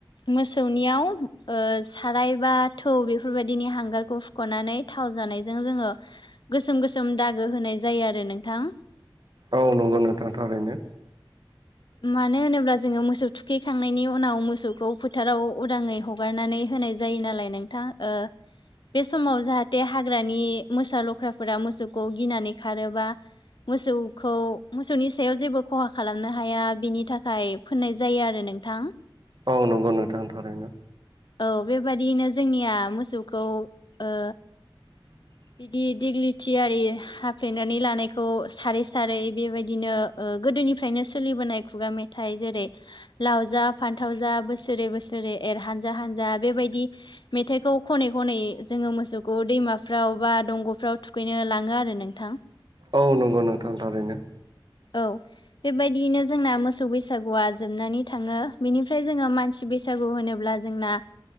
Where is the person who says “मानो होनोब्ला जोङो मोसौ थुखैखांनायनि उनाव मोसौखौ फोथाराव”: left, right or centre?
Left